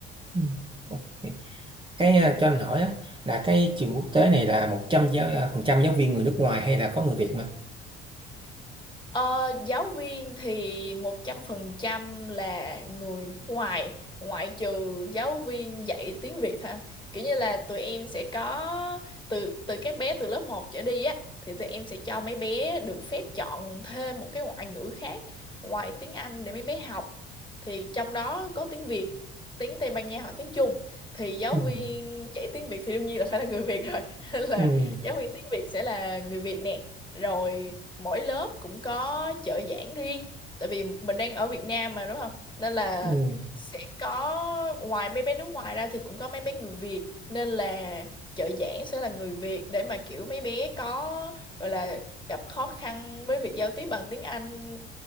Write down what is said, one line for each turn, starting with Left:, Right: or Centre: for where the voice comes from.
Right: ừ. ok. cái ờ, cho anh hỏi á, là cái trường quốc tế này là 100 giáo ờ, phần trăm giáo viên người nước ngoài hay là có người Việt mà
Left: Ờ, giáo viên thì 100% là người nước ngoài ngoại trừ giáo viên dạy tiếng Việt thôi anh. Kiểu như là tụi em sẽ có từ từ các bé từ lớp một trở đi á thì tụi em sẽ cho mấy bé được phép chọn thêm một cái ngoại ngữ khác ngoài tiếng Anh để mấy bé học. Thì trong đó có tiếng Việt, tiếng Tây Ban Nha hoặc tiếng Trung. Thì giáo
Right: ừ,
Left: viên dạy tiếng Việt thì đương nhiên là phải là người Việt rồi. <laughs> Nên là
Right: ừ.
Left: giáo viên tiếng Việt sẽ là người Việt nè rồi mỗi lớp cũng có trợ giảng riêng tại vì mình đang ở Việt Nam mà đúng không nên là
Right: ừ,
Left: sẽ có ngoài mấy bé nước ngoài ra thì cũng có mấy bé người Việt nên là trợ giảng sẽ là người Việt để mà kiểu mấy bé có gọi là gặp khó khăn với việc giao tiếp bằng tiếng Anh